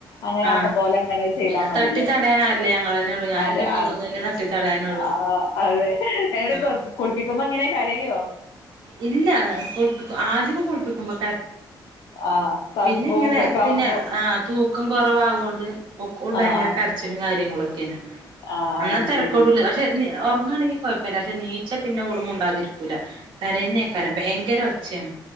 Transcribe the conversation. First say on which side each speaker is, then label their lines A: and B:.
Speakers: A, on the left (about 75°); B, on the right (about 75°).
A: അങ്ങനെ
B: ആഹ്
A: ആക്ക പോോലെ അങ്ങനെ ചെയ്താ മതില്ല
B: തട്ടി തടയാൻ ആരില്ല ഞങ്ങളെന്നെള്ളൂ ഞാനും
A: അതെ
B: എന്റെ മകളും
A: അതെ
B: തന്നെ തട്ടി തടയാനുള്ളൂ
A: ആ അതെ എട
B: ആഹ്
A: കുളിപ്പിക്കുമ്പോ അങ്ങനെ കരയുവോ
B: ഇല്ല കുളിപ്പി ആദ്യൊക്കെ കുളിപ്പിക്കുമ്പോ
A: ആഹ് തണുപ്പും
B: പിന്നെ എങ്ങനെ
A: ഇതൊക്കെ
B: പിന്നെ
A: ആവുമ്പോ
B: ആ തൂ ഒക്കും കുറവാകുക കൊണ്ട് ഒക്കൾ ഭയങ്കര
A: ആഹ് ആഹ്
B: കരച്ചിലും കാര്യങ്ങളൊക്കെയാണ്
A: ആഹ് ആഹ്
B: അന്നാ
A: അത്
B: തിരക്കോടൂല
A: ശരി
B: പക്ഷെ ഉറങ്ങാണെങ്കി കുഴപ്പമില്ല പക്ഷെ നീച്ച പിന്നെ ഒളുമും ഉണ്ടാതിരിക്കൂില്ല കരന്നെയക്കാരം ഭയങ്കര ഒച്ചയാണ്